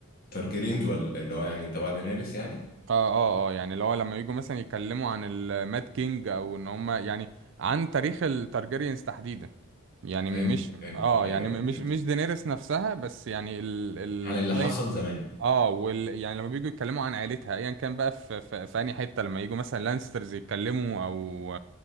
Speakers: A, on the left; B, on the right.
A: تارجيرينز ولا اللي هو يعني تبع دينيريس يعني
B: اه اه اه يعني اللي هو لما يجوا مثلا يتكلموا عن الماد كينج أو إن هما يعني عن تاريخ التارجيريانز تحديدا يعني
A: فهمتك
B: مش
A: فهمتك
B: اه
A: ايوه
B: يعني
A: ايوه
B: م-
A: فهمتك
B: مش مش دينيرس نفسها بس يعني اللاين
A: عن اللي حصل زمان
B: اه وال... يعني لما بييجوا يتكلموا عن عيلتها ايا كان بقى في في, في انهي حته لما يجوا مثلا لانسترز يتكلموا او